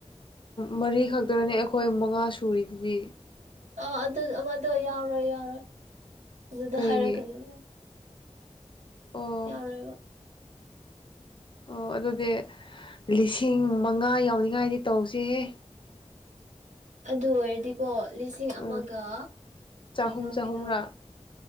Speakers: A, on the left; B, on the right.
A: ꯃꯔꯤꯈꯛꯇꯅꯅꯦ ꯑꯩꯈꯣꯏ ꯑꯩꯈꯣꯏ ꯃꯉꯥ ꯁꯨꯔꯤꯗꯨꯗꯤ
B: ꯑꯥ ꯑꯗꯨ ꯑꯃꯗꯣ ꯌꯥꯎꯔꯣꯏ ꯌꯥꯎꯔꯣꯏ ꯑꯗꯨꯗ
A: ꯀꯩꯒꯤ
B: ꯍꯥꯏꯔꯛꯀꯅꯤꯅꯦ
A: ꯑꯣ
B: ꯌꯥꯎꯔ
A: ꯑꯣ ꯑꯗꯨꯗꯤ ꯂꯤꯁꯤꯡ ꯃꯉꯥ ꯌꯥꯎꯅꯤꯡꯉꯥꯏꯗꯤ ꯇꯧꯁꯤꯦꯍꯦ
B: ꯑꯗꯨ ꯑꯣꯏꯔꯗꯤꯀꯣ ꯂꯤꯁꯤꯡ
A: ꯎꯝ
B: ꯑꯃꯒ
A: ꯆꯍꯨꯝ
B: ꯀꯩꯅꯣ
A: ꯆꯍꯨꯝꯔꯥ
B: ꯀꯩꯅꯣ